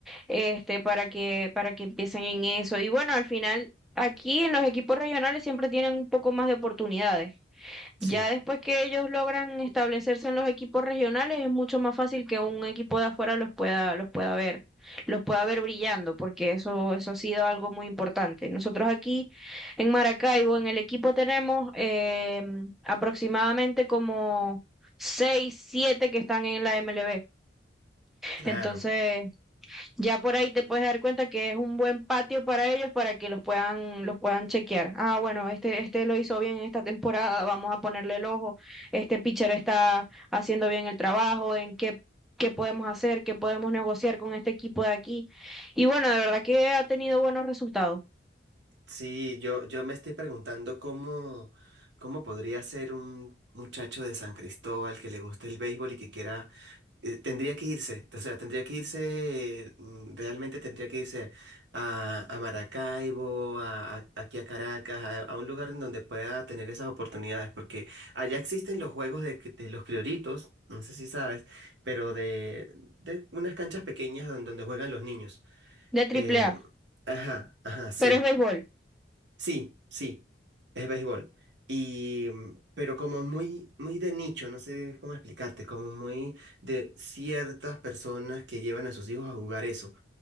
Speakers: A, in the centre; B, on the right.
A: este, para que, para que empiecen en eso. Y bueno, al final, aquí en los equipos regionales siempre tienen un poco más de oportunidades. Ya
B: Sí,
A: después que ellos logran establecerse en los equipos regionales, es mucho más fácil que un equipo de afuera los pueda, los pueda ver, los pueda ver brillando, porque eso, eso ha sido algo muy importante. Nosotros aquí en Maracaibo, en el equipo tenemos eh, aproximadamente como seis, siete que están en la MLB.
B: claro.
A: Entonces, ya por ahí te puedes dar cuenta que es un buen patio para ellos para que los puedan, los puedan chequear. Ah, bueno, este, este lo hizo bien en esta temporada, vamos a ponerle el ojo. Este pitcher está haciendo bien el trabajo, en qué, qué podemos hacer, qué podemos negociar con este equipo de aquí. Y bueno, de verdad que ha tenido buenos resultados
B: Sí, yo, yo me estoy preguntando cómo, cómo podría ser un muchacho de San Cristóbal que le guste el béisbol y que quiera eh, Tendría que irse, o sea, tendría que irse, mm, realmente tendría que irse a, a Maracaibo, a, a- aquí a Caracas, a, a un lugar en donde pueda tener esas oportunidades, porque allá existen los juegos de, cri- de los crioritos, no sé si sabes, pero de, de unas canchas pequeñas don- donde, juegan los niños.
A: de Triple
B: Eh,
A: A,
B: ajá, ajá, sí.
A: pero es béisbol.
B: Sí, sí, es béisbol. Y, mm, pero como muy, muy de nicho, no sé cómo explicarte, como muy de ciertas personas que llevan a sus hijos a jugar eso